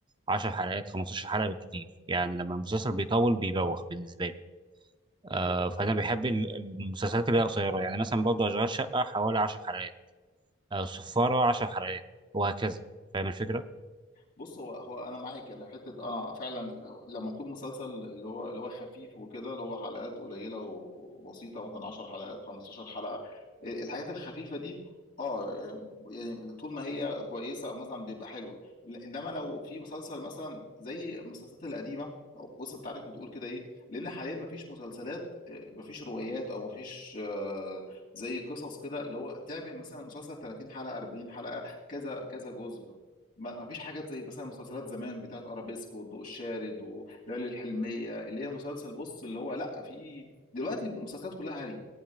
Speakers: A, on the right; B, on the left.
A: 10 حلقات 15 حلقة بالكتير يعني لما المسلسل بيطول بيبوخ بالنسبة لي آه،
B: هو
A: فانا بحب ال- المسلسلات اللي هي قصيره يعني مثلا برضه اشغال شقه حوالي 10 حلقات او السفاره 10 حلقات وهكذا فاهم الفكره
B: بص هو هو انا معاك انا حته انا فعلا لما يكون مسلسل اللي هو اللي هو خفيف وكده اللي هو حلقات قليله وبسيطه مثلا 10 حلقات 15 حلقه الحاجات الخفيفه دي اه يعني يعني طول ما هي كويسه مثلا بيبقى حلوه ل- انما لو في مسلسل مثلا زي المسلسلات القديمه أو بص انت عارف بتقول كده ليه لان حاليا مفيش مسلسلات آه، مفيش روايات او مفيش آه، زي قصص كده اللي هو تعمل مثلا مسلسل 30 حلقه 40 حلقه كذا كذا جزء ما ما فيش حاجات زي مثلا مسلسلات زمان بتاعت ارابيسكو والضوء الشارد وليالي الحلميه اللي هي مسلسل بص اللي هو لا في دلوقتي المسلسلات كلها هري